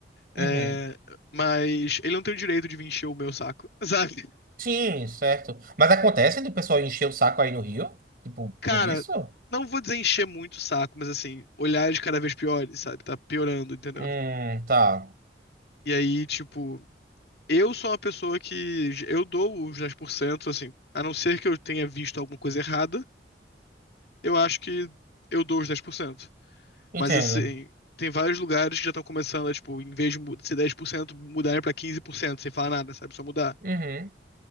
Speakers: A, on the right; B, on the left.
A: Uhum.
B: É, mas ele não tem o direito de vir encher o meu saco, <laughs> sabe?
A: Sim, certo. Mas acontece do pessoal encher o saco aí no Rio? Tipo,
B: Cara,
A: por isso?
B: não vou dizer encher muito o saco, mas assim, olhares cada vez piores, sabe? Tá piorando, entendeu?
A: Hum, tá.
B: E aí, tipo, eu sou uma pessoa que j- eu dou os 10%, assim, a não ser que eu tenha visto alguma coisa errada, eu acho que eu dou os 10%.
A: Entendo.
B: Mas assim, tem vários lugares que já estão começando a, tipo, em vez de mu- ser 10%, mudarem pra 15%, sem falar nada, sabe? Só mudar.
A: Uhum.